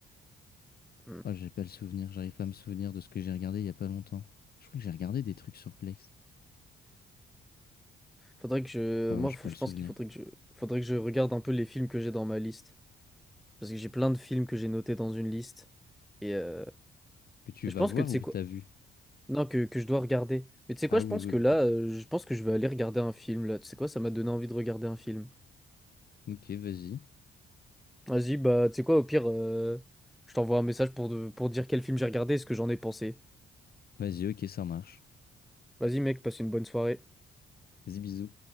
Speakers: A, in the centre; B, on the left.
A: euh.
B: Oh, j'ai pas le souvenir. J'arrive pas à me souvenir de ce que j'ai regardé il y a pas longtemps. Je crois que j'ai regardé des trucs sur Plex.
A: Faudrait que je,
B: Oh,
A: moi,
B: j'ai
A: faut-
B: pas
A: je
B: le souvenir.
A: pense qu'il faudrait que je, faudrait que je regarde un peu les films que j'ai dans ma liste, parce que j'ai plein de films que j'ai notés dans une liste, et euh,
B: Que tu
A: je
B: vas
A: pense
B: voir
A: que tu sais
B: ou que
A: quoi,
B: t'as vu?
A: non, que, que je dois regarder. Mais tu sais quoi,
B: Ah
A: je
B: oui,
A: pense
B: oui,
A: que
B: beaucoup.
A: là, euh, je pense que je vais aller regarder un film là. Tu sais quoi, ça m'a donné envie de regarder un film.
B: Ok, vas-y.
A: Vas-y, bah, tu sais quoi, au pire, euh, je t'envoie un message pour de- pour dire quel film j'ai regardé et ce que j'en ai pensé.
B: Vas-y, ok, ça marche.
A: Vas-y, mec, passe une bonne soirée.
B: Vas-y, bisous.